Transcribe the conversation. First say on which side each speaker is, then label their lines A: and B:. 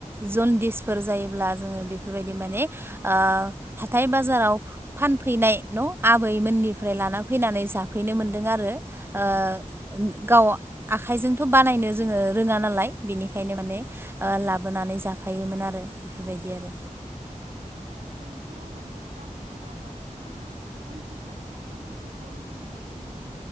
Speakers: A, on the right; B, on the right.
A: जनदिसफोर जायोब्ला जोङो बे बेफोरबायदि
B: औ नोंथां
A: माने ओ हाथाय बाजाराव फैनाय न' आबैमोननिफ्राय
B: औ
A: लाना फैनानै जाफैनो मोनदों आरो ओ गाव आखाइजोंथ' बानायनो जोङो रोङा नालाय बिनिखायनो माने
B: औ
A: ओ लाबोनानै जाफायोमोन आरो बेफोरबायदि आरो
B: औ जोंथ' माने गामिफोराव बांसिनानो बैसो थानाय सुबुंफोरखौ बरिमुलि देनाय नुनाय